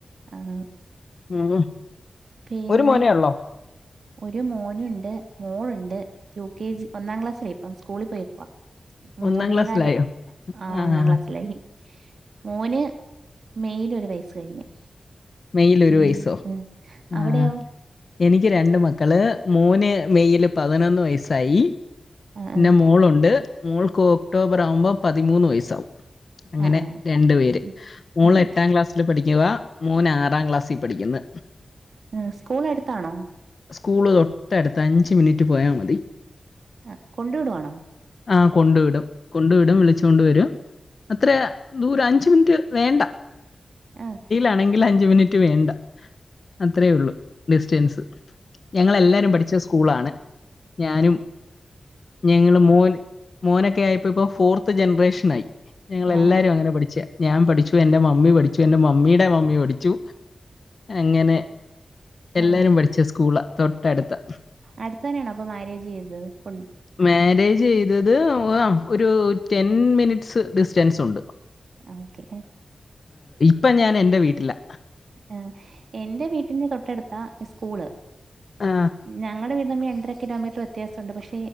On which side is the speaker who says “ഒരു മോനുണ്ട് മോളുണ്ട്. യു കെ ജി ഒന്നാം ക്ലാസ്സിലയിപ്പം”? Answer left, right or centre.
Right